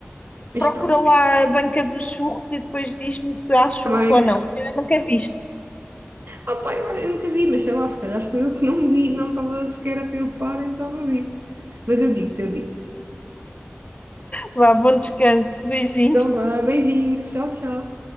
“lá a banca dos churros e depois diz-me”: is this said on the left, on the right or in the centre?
Left